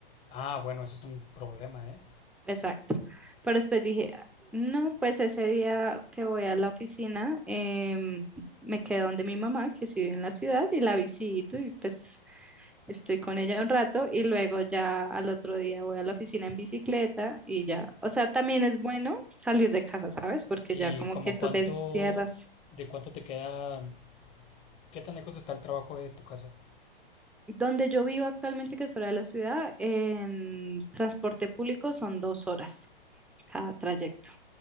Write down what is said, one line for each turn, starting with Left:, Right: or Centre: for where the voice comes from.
Left: ah, bueno, eso es un problema, ¿eh?
Centre: Exacto. Pero después dije, "Ah, no, pues ese día que voy a la oficina, em, me quedo donde mi mamá, que sí vive en la ciudad, y la visito y pues estoy con ella un rato y luego ya al otro día voy a la oficina en bicicleta y ya. O sea, también es bueno salir de casa, ¿sabes? Porque
Left: Y
Centre: ya como
Left: como
Centre: que tú
Left: cuánto,
Centre: te encierras.
Left: de cuánto te queda, qué tan lejos está el trabajo de tu casa.
Centre: Donde yo vivo actualmente, que es fuera de la ciudad, en transporte público son dos horas cada trayecto.